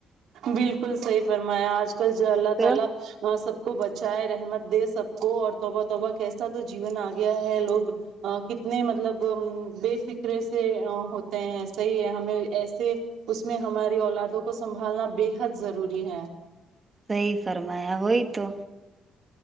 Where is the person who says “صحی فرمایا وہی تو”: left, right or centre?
Right